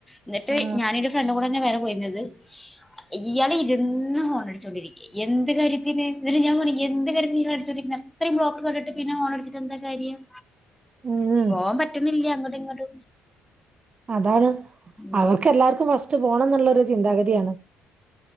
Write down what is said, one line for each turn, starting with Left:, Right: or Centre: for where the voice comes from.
Centre: എന്നിട്ട്
Right: ആ.
Centre: ഞാനി ഒരു ഫ്രണ്ട് കൂടെ തന്നെ വറെ പോയിരുന്നത് ഇയാള് ഇരിന്ന് ഹോണടിച്ചോണ്ടിരിക്ക എന്ത് കാര്യത്തിന് ന്നിട്ട് ഞാൻ പറ എന്ത് കാര്യത്തിന് നിങ്ങള് അടിച്ചോണ്ടിക്കണേ ഇത്രയും ബ്ലോക്ക് കണ്ടിട്ട് പിന്നെ ഓണടിച്ചി്ട്ട് എന്താ കാര്യം
Right: ഉം.
Centre: പോവാൻ പറ്റുന്നില്ല അങ്ങോട്ടും ഇങ്ങോട്ടും
Right: അതാണ്
Centre: ഉം.
Right: അവക്ക് എല്ലാർക്കും ഫസ്റ്റ് പോണന്നുള്ളൊരു ചിന്താഗതിയാണ്